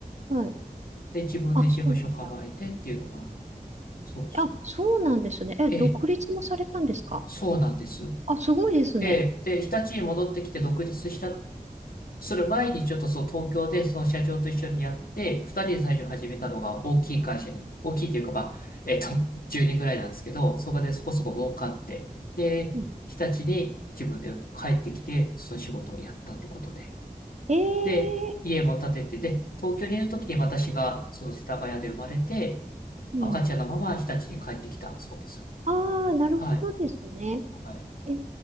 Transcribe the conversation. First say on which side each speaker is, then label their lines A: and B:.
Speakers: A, on the right (about 50°); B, on the left (about 75°).
A: あ、はい。
B: で、自分で事務所構えてっていうのが、
A: あ、そうなんだ。
B: そうそう。
A: あ、そうなんですね。え、
B: ええ、
A: 独立もされたんですか
B: そうなんです。
A: あ、すごいですね。
B: で、で、日立に戻ってきて独立した、する前にちょっとそう東京でその社長と一緒にやって、二人で最初始めたのが大きい会社に、大きいというかまあ、えっと、<laughs> 10人ぐらいなんですけど、そこでそこそこ儲かって、で、
A: うん
B: 日立に自分で帰ってきて、その仕事をやったってことで。
A: ええ
B: で、家も建てて、で、東京にいる時に私がその世田谷で生まれて、
A: うん。
B: 赤ちゃんのまま日立に帰ってきたそうです。
A: ああ、なるほどですね。
B: はい。はい。
A: え